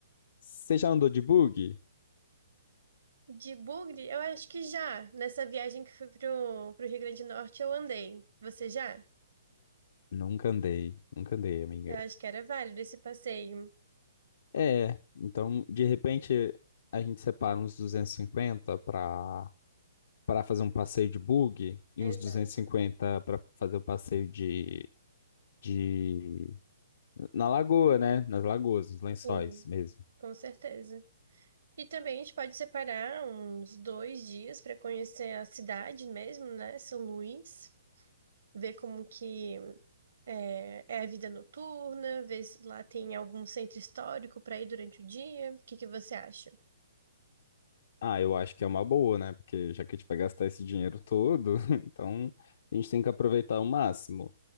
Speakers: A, on the left (about 50°); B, on the right (about 55°).
A: você já andou de bug?
B: De Bugre, eu acho que já. Nessa viagem que fui pro, pro Rio Grande do Norte, eu andei. Você já?
A: Nunca andei, nunca andei, amiga.
B: Eu acho que era válido esse passeio.
A: É, então de repente a gente separa uns 250 para para fazer um passeio de bug e
B: Exato.
A: uns duzentos e cinquenta para fazer o passeio de, de na lagoa, né? Nas lagoas, nos lençóis
B: Sim,
A: mesmo.
B: com certeza. E também a gente pode separar uns dois dias para conhecer a cidade mesmo, né? São Luís, ver como que é, é a vida noturna, ver se lá tem algum centro histórico para ir durante o dia. O que que você acha?
A: Ah, eu acho que é uma boa, né? Porque já que a gente vai gastar esse dinheiro todo, <laughs> então a gente tem que aproveitar o máximo.